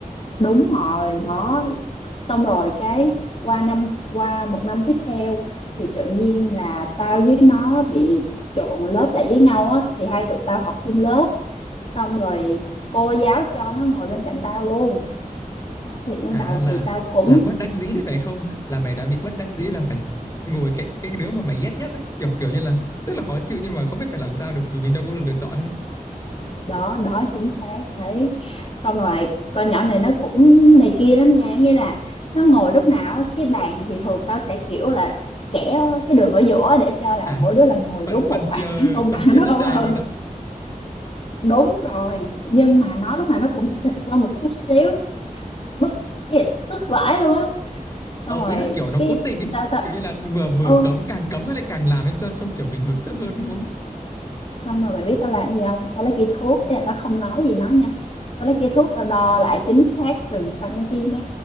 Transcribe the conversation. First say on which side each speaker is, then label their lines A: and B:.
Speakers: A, on the left (about 45°); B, on the left (about 20°).
A: đúng rồi đó xong rồi cái qua năm qua một năm tiếp theo thì tự nhiên là tao với nó bị trộn lớp lại với nhau á thì hai tụi tao học chung lớp xong rồi cô giáo cho nó ngồi bên cạnh tao luôn thì ban
B: À
A: đầu
B: là
A: thì tao cũng
B: là bất đắc dĩ đấy phải không? Là mày đang bị bất đắc dĩ là phải ngồi cạnh cái đứa mà mày ghét nhất ấy, kiểu kiểu như là rất là khó chịu nhưng mà không biết phải làm sao được vì mình đâu có được lựa chọn ấy.
A: đó đó chính xác đấy xong rồi con nhỏ này nó cũng này kia lắm nha nghĩa là nó ngồi lúc nào á, cái bàn thì thường tao sẽ kiểu là kẻ cái đường ở giữa để cho là
B: À
A: mỗi đứa là ngồi
B: phân
A: đúng một
B: phân chia
A: khoảng công
B: phân
A: bằng
B: chia
A: <laughs>
B: đất
A: đâu
B: đai
A: Ừ.
B: luôn ạ
A: đúng rồi nhưng mà nó lúc nào nó cũng xịt qua một chút xíu bức cái- tức vãi luôn á xong
B: ờ
A: rồi
B: ý là kiểu nó
A: cái
B: cố tình ý
A: tao tao
B: kiểu như là vừa vừa
A: ô
B: cấm càng cấm nó lại càng làm ấy cho cho kiểu mình bực tức hơn đúng không
A: xong rồi mày biết tao làm gì không tao lấy cây thước ý là tao không nói gì nó nha tao lấy cây thước tao đo lại chính xác từng cm